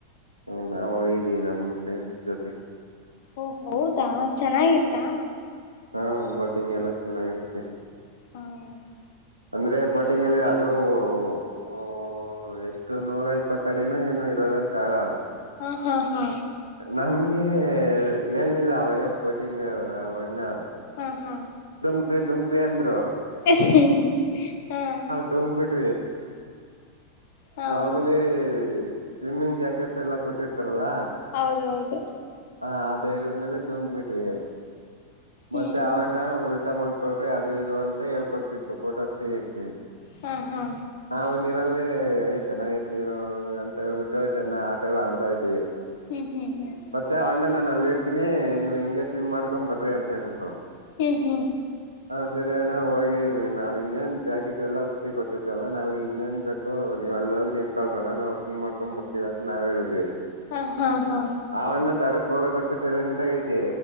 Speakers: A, on the right; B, on the left.
A: ಹ್ಞ ನಾವೋಗಿದೀವಿ ನಮ್ ಫ್ರೆಂಡ್ಸ್ ಜೊತೆ.
B: ಓ ಹೌದಾ ಚೆನ್ನಾಗಿತ್ತಾ.
A: ಹಾ ಬೋಟಿಂಗ್ ಎಲ್ಲ ಚೆನ್ನಾಗಿರುತ್ತೆ.
B: ಹ್ಮ
A: ಅಂದ್ರೆ ಬೋಟಿಂಗ್ ಅಲ್ಲಿ ಅದು. ಓ ಎಷ್ಟು ನೂರ ಇಪ್ಪತ್ತ ಅಡಿನೊ ಏನು ಇರೋದಂತಾಳ.
B: ಹಾ ಹಾ ಹಾ
A: ನಮ್ಗೆ ಹೇಳ್ನಿಲ್ಲ ಅವಯ್ಯ ಬೋಟಿಂಗ್ ಅವಣ್ಣ.
B: ಹಾ ಹಾ
A: ದುಮ್ಕ್ರಿ ದುಮ್ಕ್ರಿ ಅಂದ್ರು.
B: ಹ್ಮ್ ಹಾ
A: ಮ್ ಬಿಟ್ವಿ
B: ಹಾ
A: ಮಾಮೂಲಿಯಾಗಿ ಸ್ವಿಮ್ಮಿಂಗ್ ಜಾಕೆಟ್ಸ್ ಎಲ್ಲ ಕೊಟ್ಟಿರ್ತಾರಲ್ಲ
B: ಹೌದು ಹೌದು
A: ಹ ಧೈರ್ಯದ್ಮೇಲ್ ಡುಮ್ಕಿಬಿಟ್ವಿ
B: ಹ್ಮ್
A: ಮತ್ತೆ ಅವಣ್ ನ ಉಲ್ಟಾ ಮಲ್ಕೊಳ್ರಿ ಅದು ಇದು ಅಂತ ಹೇಳ್ಕೊಡ್ತಿತ್ತು ಫೋಟೋಸ್ ತೆಗಿಯಕ್ಕೆ.
B: ಹ್ಮ್ ಹಾ
A: ನಾವು ನೀರಲ್ಲಿ ಎಲ್ಲ ಚೆನ್ನಾಗೈತ್ ನೀರು ಅಂತ ಹೇಳ್ಬಿಟ್ಟು ಚೆನ್ನಾಗ್ ಆಟಗಳು ಆಡ್ತಾ ಇದ್ವಿ.
B: ಹ್ಮ್ ಹ್ಮ್ ಹ್ಮ್
A: ಮತ್ತೆ ಆ ಅಣ್ಣ ನಾನ್ ಅಲ್ ಇರ್ತೀನಿ ನೀವು ಹಿಂಗೆ ಸ್ವಿಮ್ ಮಾಡ್ಕೊಂಡ್ ಬರ್ರಿ ಅಂತ ಹೇಳಿದ್ರು.
B: ಹ್ಮ್ ಹ್ಮ್
A: ಹಾ ಸರಿ ಅಣ್ಣ ಹೋಗಿ ನಾವು ಇನ್ನೇನು ಜಾಕೆಟ್ ಎಲ್ಲ ಬ ಕೊಟ್ಟಿದ್ರಲ್ಲ ನಾವು ಇನ್ನೇನು ಬ ನೀವು ಅಲ್ಲೋಗಿ ನಿಂತ್ಕಳ್ರಣ ನಾವು ಸ್ವೀಮ್ ಮಾಡ್ಕೊಂಡ್ ಬರ್ತೀವಿ ಅಂತ ನಾವ್ ಹೇಳಿದ್ವಿ.
B: ಹಾ ಹಾ ಹಾ
A: ಆವಣ್ಣ ದಡಕ್ ಹೋಗೋತಂಕ ಸೆಲೆಂಟಾಗೈತಿ